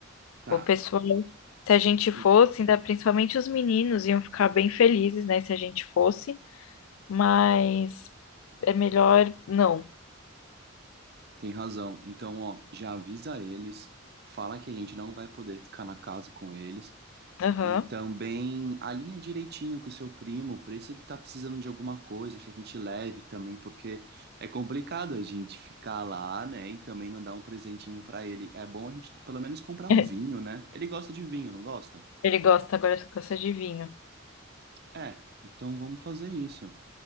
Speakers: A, on the right; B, on the left.
A: Tá.
B: O pessoal, se a gente fosse,
A: Hum,
B: ainda principalmente os meninos, iam ficar bem felizes, né? Se a gente fosse, mas é melhor não.
A: tem razão. Então, ó, já avisa eles, fala que a gente não vai poder ficar na casa com eles
B: Aham.
A: e também alinha direitinho com o seu primo, para se ele tá precisando de alguma coisa que a gente leve também, porque é complicado a gente ficar lá, né, e também não dar um presentinho para ele. É bom a gente pelo menos comprar
B: <laughs>
A: um vinho, né? Ele gosta de vinho, não gosta?
B: Ele gosta, agora só gosta de vinho.
A: É, então vamos fazer isso.